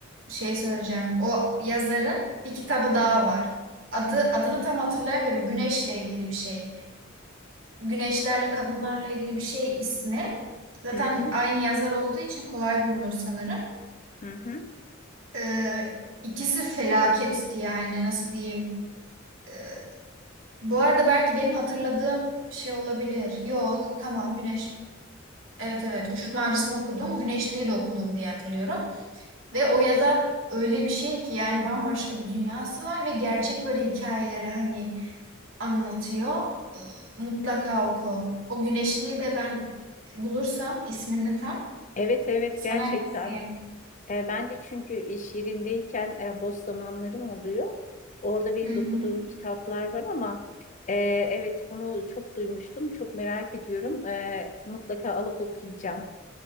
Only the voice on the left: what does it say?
Hı hı,
hı hı.
Evet evet
gerçekten
E, ben de çünkü iş yerindeyken e, boş zamanlarım oluyor. Orada benim
de okuduğum kitaplar var ama e, evet bunu çok duymuştum, çok merak ediyorum. E, mutlaka alıp okuyacağım.